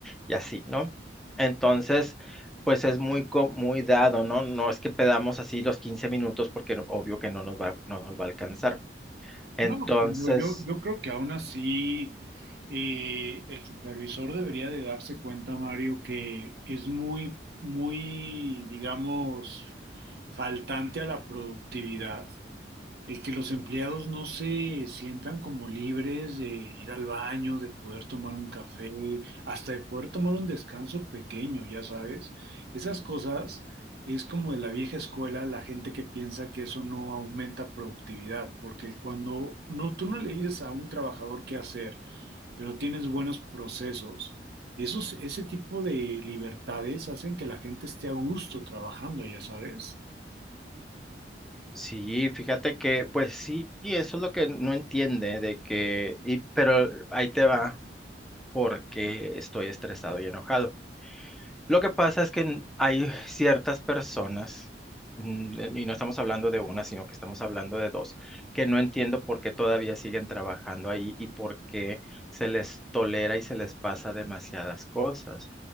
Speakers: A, in the centre; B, on the right.
A: y así, ¿no? Entonces, pues es muy, co- muy dado, ¿no? No es que pedamos así los 15 minutos porque no- obvio que no nos va, no nos va a alcanzar. Entonces,
B: No, bueno, yo, yo creo que aún así eh, el supervisor debería de darse cuenta, Mario, que es muy, muy, digamos, faltante a la productividad. El que los empleados no se sientan como libres de ir al baño, de poder tomar un café, hasta de poder tomar un descanso pequeño, ya sabes. Esas cosas es como de la vieja escuela, la gente que piensa que eso no aumenta productividad, porque cuando no, tú no le dices a un trabajador qué hacer, pero tienes buenos procesos, esos, ese tipo de libertades hacen que la gente esté a gusto trabajando, ya sabes.
A: sí, fíjate que, pues sí, y eso es lo que no entiende de que, y, pero ahí te va porque estoy estresado y enojado. Lo que pasa es que hay ciertas personas, mm, y no estamos hablando de una, sino que estamos hablando de dos, que no entiendo por qué todavía siguen trabajando ahí y por qué se les tolera y se les pasa demasiadas cosas.